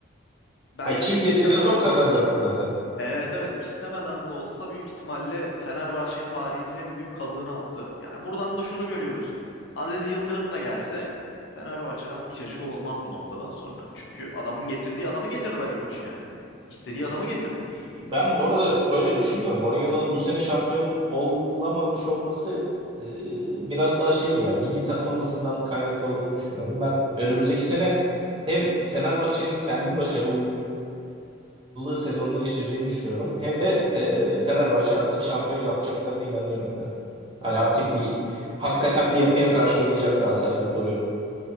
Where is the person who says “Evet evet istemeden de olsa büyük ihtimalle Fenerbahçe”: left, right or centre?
Left